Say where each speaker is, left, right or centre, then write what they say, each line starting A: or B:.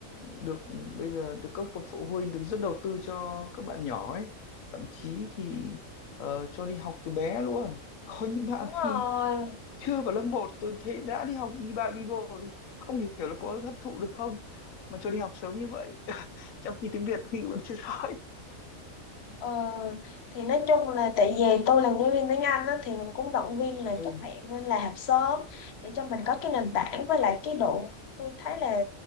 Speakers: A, on the left (about 75°); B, on the left (about 55°).
A: được bây giờ được các bậc phụ huynh được rất đầu tư cho các bạn nhỏ ấy thậm chí thì ờ, cho đi học từ bé luôn <laughs> có những bạn
B: đúng
A: khi
B: rồi
A: chưa vào lớp một tôi thấy đã đi học bi ba bi bô rồi không hiểu là có hấp thụ được không mà cho đi học sớm như vậy <laughs> trong khi tiếng Việt khi vẫn chưa rõ
B: Ờ, thì nói chung là tại vì tôi làm giáo viên tiếng Anh á, thì mình cũng động viên là
A: ừ
B: các bạn nên là học sớm để cho mình có cái nền tảng với lại cái độ tôi thấy là